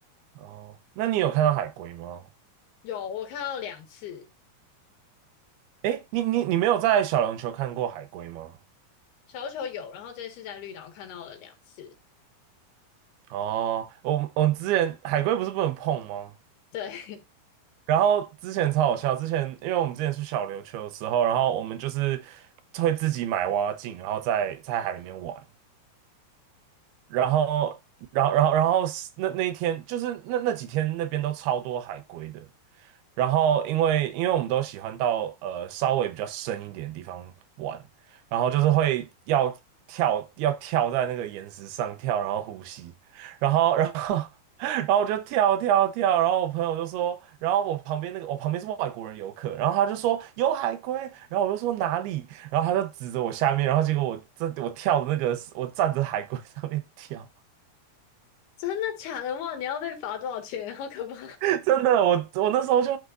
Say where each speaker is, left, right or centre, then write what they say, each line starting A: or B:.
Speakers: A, on the right; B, on the left.
A: 哦，那你有看到海龟吗？
B: 有，我看到两次，
A: 诶，你你你没有在小琉球看过海龟吗？
B: 小琉球有，然后这次在绿岛看到了两次。
A: 哦，我我们之前海龟不是不能碰吗？
B: 对，
A: 然后之前超好笑，之前因为我们之前去小琉球的时候，然后我们就是会自己买蛙镜，然后在在海里面玩，然后然后然后然后是那那一天就是那那几天那边都超多海龟的，然后因为因为我们都喜欢到呃稍微比较深一点的地方玩，然后就是会要跳要跳在那个岩石上跳，然后呼吸。然后然后我就跳跳跳，然后我朋友就说，然后我旁边那个我旁边是外国人游客，然后他就说有海龟，然后我就说哪里，然后他就指着我下面，然后结果我这我跳的那个是我站着海龟 <laughs> 上面跳，
B: <laughs> 真的假的？哇，你要被罚多少钱？好可怕！
A: <laughs> 真的我我那时候就